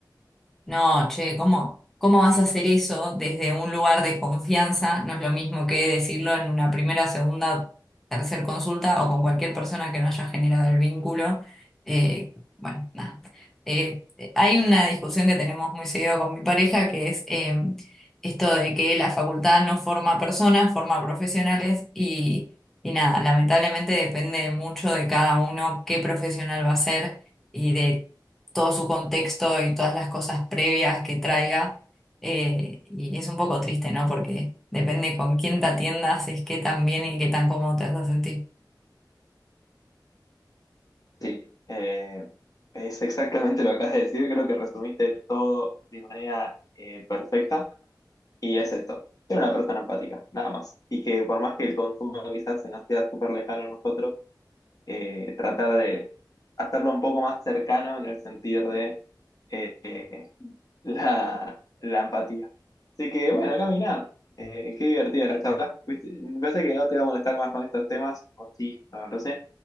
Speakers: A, in the centre; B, on the left.
A: no, che, ¿cómo, cómo vas a hacer eso desde un lugar de confianza? No es lo mismo que decirlo en una primera, segunda, tercer consulta o con cualquier persona que no haya generado el vínculo. Eh, bueno, nada. Eh, eh, hay una discusión que tenemos muy seguido con mi pareja que es eh, esto de que la facultad no forma personas, forma profesionales y, y nada, lamentablemente depende mucho de cada uno qué profesional va a ser y de todo su contexto y todas las cosas previas que traiga. eh, y es un poco triste, ¿no? Porque depende con quién te atiendas, es qué tan bien y qué tan cómodo te vas a sentir.
B: Sí, eh, es exactamente lo que acabas de decir, creo que resumiste todo de manera eh, perfecta y es esto, ser una persona empática, nada más, y que por más que el consumo quizás en la ciudad súper lejana a nosotros, eh, tratar de hacerlo un poco más cercano en el sentido de eh, la, la empatía. Así que bueno, caminá. Eh, qué divertida la charla. ¿Viste? Me parece que no te va a molestar más con estos temas, o sí, no no lo sé.